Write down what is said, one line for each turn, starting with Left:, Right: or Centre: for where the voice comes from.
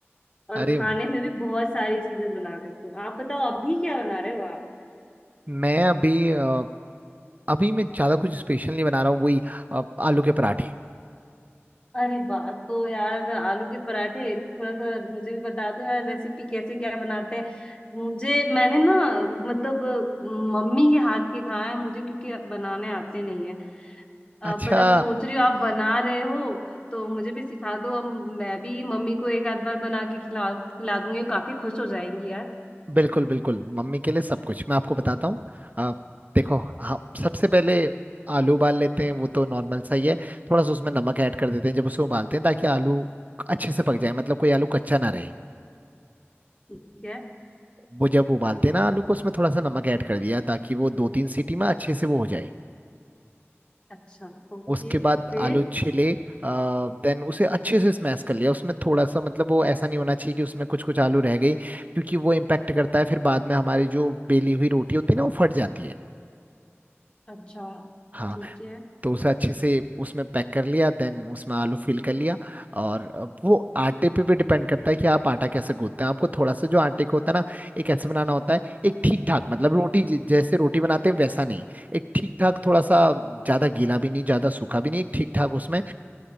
Left: है
Right: अरे
Left: और खाने
Right: वाह,
Left: में भी बहुत सारी चीजें बना देती हूँ आप बताओ अभी क्या बना रहे हो आप
Right: मैं अभी अ, अभी मैं ज़्यादा कुछ स्पेशल नहीं बना रहा हूँ वही अ, आलू के पराठे
Left: अरे वाह तो यार आलू के पराठे थोड़ा सा मुझे भी बता दो यार रेसिपी कैसे क्या बनाते हैं मुझे मैंने ना मतलब मम्मी के हाथ के खाए हैं मुझे क्योंकि बनाने आते नहीं है
Right: अच्छा
Left: बट अब सोच रही हो आप बना रहे हो तो मुझे भी सिखा दो अब मैं भी मम्मी को एक आध बार बना के खिला खिला दूंगी वो काफी खुश हो जाएंगी यार
Right: बिल्कुल बिल्कुल मम्मी के लिए सब कुछ मैं आपको बताता हूँ आप देखो आप सबसे पहले आलू उबाल लेते हैं वो तो नॉर्मल सा ही है थोड़ा सा उसमें नमक ऐड कर देते हैं जब उसे उबालते हैं ताकि आलू अच्छे से पक जाए मतलब कोई आलू कच्चा ना रहे
Left: ठीक है
Right: वो जब उबालते हैं ना आलू को उसमें थोड़ा सा नमक ऐड कर दिया ताकि वो दो तीन सीटी में अच्छे से वो हो जाए
Left: अच्छा ओके
Right: उसके बाद
Left: फिर
Right: आलू छिले देन उसे अच्छे से स्मैश कर लिया उसमें थोड़ा सा मतलब वो ऐसा नहीं होना चाहिए कि उसमें कुछ कुछ आलू रह गई क्योंकि वो इम्पैक्ट करता है फिर बाद में हमारी जो बेली हुई रोटी होती है ना वो फट जाती है
Left: अच्छा
Right: हाँ
Left: ठीक है
Right: तो उसे अच्छे से उसमें पैक कर लिया देन उसमें आलू फिल कर लिया और अब वो आटे पे भी डिपेंड करता है कि आप आटा कैसे गूंथते हैं आपको थोड़ा सा जो आटे को होता है ना एक ऐसे बनाना होता है एक ठीक ठाक मतलब रोटी जि- जैसे रोटी बनाते हैं वैसा नहीं एक ठीक ठाक थोड़ा सा ज्यादा गीला भी नहीं ज्यादा सूखा भी नहीं एक ठीक ठाक उसमें